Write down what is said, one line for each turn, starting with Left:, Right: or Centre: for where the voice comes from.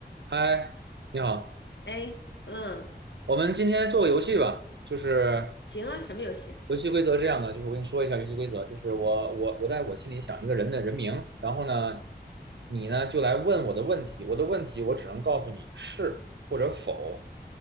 Right: 嗨，你好，
Left: 哎，嗯，
Right: 我们今天做个游戏吧。就是
Left: 行啊，什么游戏？
Right: 游戏规则是这样的，就是我跟你说一下游戏规则，就是我我我在我心里想一个人的人名，然后呢，你呢就来问我的问题，我的问题我只能告诉你是或者否，